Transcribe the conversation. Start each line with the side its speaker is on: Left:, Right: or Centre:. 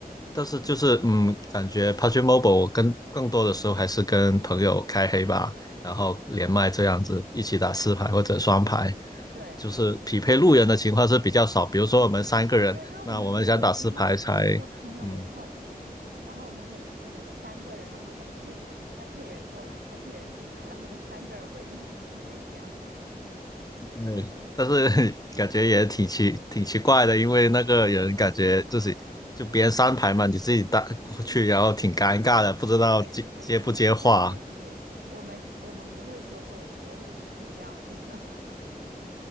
Left: 但是就是嗯，感觉 PUBG Mobile 我跟更多的时候还是跟朋友开黑吧，然后连麦这样子一起打四排或者双排，
Right: 对，
Left: 就是匹配路人的情况是比较少。比如说我们三个人，
Right: 对，因为我们人哦有时候，
Left: 那我们想打四排才
Right: 比如说朋友没空，
Left: 嗯
Right: 然后我们可能就可能就三个人，然后再配再配人过来，再配人进来，然后就三个人围着那个人在讲。<laughs>
Left: 对，但是 <laughs> 感觉也挺奇挺奇怪的，因为那个人感觉自己就别人三排嘛，你自己打过去，然后挺尴尬的，
Right: 对对，
Left: 不知道接接不接话。
Right: 但是就是刚开始我们我们不会说说我们都认识这样子。<laughs>